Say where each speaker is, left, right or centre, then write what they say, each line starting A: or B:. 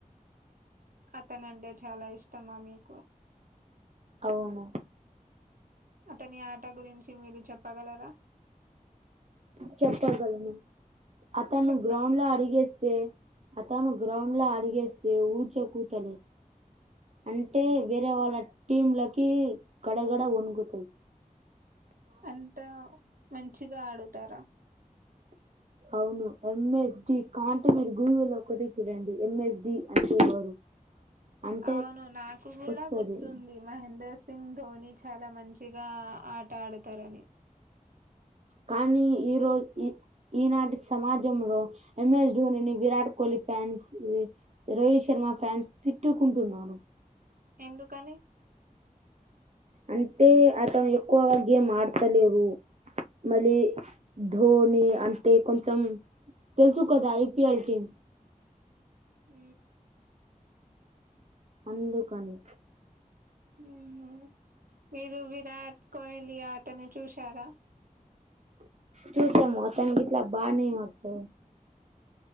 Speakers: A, on the right (about 80°); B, on the right (about 50°).
A: అతనంటే చాలా ఇష్టమా మీకు
B: అవును
A: అతని ఆట గురించి మీరు చెప్పగలరా
B: చెప్పగలను అతను
A: చెప్పండి
B: గ్రౌండ్ లో అడిగేస్తే అతను గ్రౌండ్ లో అడుగేస్తే ఊచ కూతలే అంటే వేరే వాళ్ళ టీమ్ లకి గడ గడ ఒనుకుతది
A: అంత మంచిగా ఆడుతారా
B: అవును ఎంఎస్డి కాంటే మీరు గూగుల్ లో కొట్టి చూడండి ఎంఎస్డి అంటే ఎవరు అంటే
A: అవును నాకు కూడా
B: వస్తది
A: గుర్తుంది మహేంద్ర సిం సింగ్ ధోని చాలా మంచిగా ఆట ఆడుతారని
B: కానీ ఈ రోజు ఈ ఈనాటి సమాజంలో ఎంఎస్ ధోనిని విరాట్ కోహ్లీ ఫ్యాన్స్ రోహిత్ శర్మ ఫ్యాన్స్ తిట్టుకుంటున్నారు
A: ఎందుకని
B: అంటే అతను ఎక్కువగా గేమ్ ఆడతలేరు మళ్ళీ ధోని అంటే కొంచెం తెలుచు కదా ఐ పీ ఎల్ టీమ్
A: ఊ
B: అందుకని
A: ఊహు మీరు విరాట్ కోహ్లీ ఆటను చూశారా
B: చూసాము అతన్ గిట్లా బానే ఆడుతా